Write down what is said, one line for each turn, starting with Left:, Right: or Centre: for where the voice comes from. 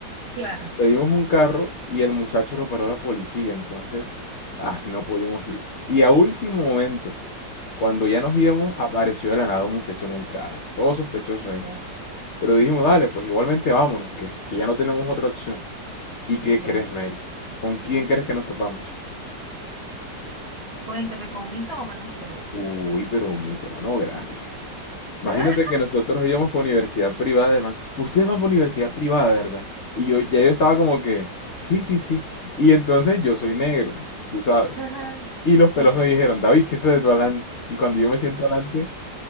Right: Claro.
Left: Pedimos un carro y el muchacho lo paró la policía, entonces ah, no pudimos ir. Y a último momento, cuando ya nos íbamos, apareció de la nada un muchacho en un carro, todo sospechoso
Right: Ok,
Left: ahí. Pero dijimos, dale, pues igualmente vámonos, que, que ya no tenemos otra opción. ¿Y qué
Right: ok.
Left: crees, Mary? ¿Con quién crees que nos topamos?
Right: Cuéntame, con un mitómano sería.
Left: Uy, pero un mitomano grande. Imagínate
Right: <laughs>
Left: que nosotros íbamos por universidad privada, hermano. Ustedes van por universidad privada, ¿verdad? Y yo ya yo estaba como que, sí, sí, sí. Y entonces yo soy negro, tú sabes.
Right: Ajá,
Left: Y los pelos
Right: sí.
Left: me dijeron, David, siéntate tú adelante. Y cuando yo me siento adelante,